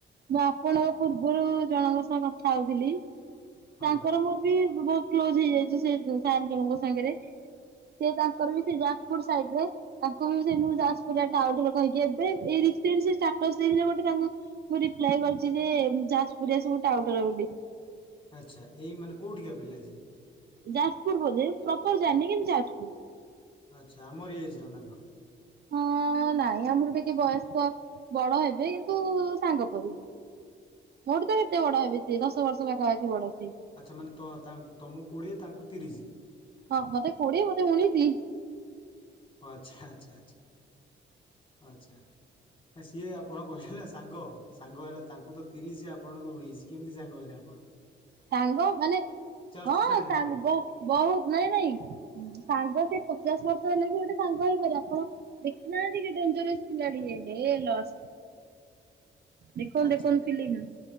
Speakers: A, on the right (about 55°); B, on the left (about 25°).
A: ମୁଁ ଆପଣଙ୍କ ପୂର୍ବରୁ ଜଣଙ୍କ ସହ କଥା ହଉଥିଲି
B: ହଁ
A: ତାଙ୍କର ମୋର ବି ବହୁତ କ୍ଲୋଜ ହେଇଯାଇଚି ସେ ସାର୍ ଜଣଙ୍କ ସାଙ୍ଗରେ ସେ ତାଙ୍କର ବି ସେଇ ଯାଜପୁର ସାଇଡ୍‌ରେ। ତାଙ୍କୁ ବି ସେଇ ଯାଜପୁରା ଆଉ କହିକି ଏବେ ଏଇ ରିସେଣ୍ଟ ସେଇ ଷ୍ଟାଟସ ଦେଇଥିଲେ ଗୋଟେ ତା ମୁଁ ରିପ୍ଲାଏ କରୁଛି ଯେ ଯାଜପୁରିଆ ସବୁ ଟାଉଟର ବୋଲି।
B: ଆଚ୍ଛା ଏଇ ମାନେ କୋଉଠିଆ ପିଲା ସେ?
A: ଯାଜପୁର ବୋଧେ ପ୍ରପର ଜାଣିନି କିନ୍ତ ଯାଜପୁର।
B: ଆଚ୍ଛା ଆମର ଏଜ୍‌ ର ନା କଣ?
A: ହଁ ନାଇଁ ଆମର ଟିକେ ବୟସ୍କ ବଡ ହେବେ କିନ୍ତୁ ସାଙ୍ଗ ପରି। ମୋଠୁ ତ କେତେ ବଡ ହେବ ସିଏ ଦଶ ବର୍ଷ ପାଖାପାଖି ବଡ ସେ
B: ଆଚ୍ଛା ମାନେ ତ ତାଙ୍କୁ ତୁମକୁ କୋଡ଼ିଏ ତାଙ୍କୁ ତିରିଶ।
A: ହଁ ମତେ କୋଡିଏ ମତେ ଉଣେଇସି।
B: ଆଚ୍ଛା ଆଚ୍ଛା ଆଚ୍ଛା ଆଚ୍ଛା। ନା ସିଏ ଆପଣ କହିଲେ ନା ସାଙ୍ଗ ସାଙ୍ଗ ହେଲେ ତାଙ୍କୁ ତ ତିରିଶ ଆପଣଙ୍କୁ ଉଣେଇସି କେମିତି ସାଙ୍ଗ ହେଲେ ଆ
A: ସାଙ୍ଗ ମାନେ
B: ଜଷ୍ଟ
A: ହଁ
B: ଫ୍ରେଣ୍ଡ
A: ସାଙ୍ଗ
B: ନା କଣ?
A: ବ ବହୁତ ନାଇଁ ନାଇଁ ଉଁ ସାଙ୍ଗ ସେ ପଚାଶ ବର୍ଷ ହେଲେ ବି ଗୋଟେ ସାଙ୍ଗ ହେଇପାରେ ଆପଣ ଦେଖି ନାହାନ୍ତିି କି ଡେଞ୍ଜରସ୍ ଥିଲା ଟିକେ ଏହେ ଲସ୍। ଦେଖନ୍ତୁ
B: ଆଚ୍ଛା
A: ଦେଖନ୍ତୁ ଫିଲ୍ଳିମ୍ ରୁ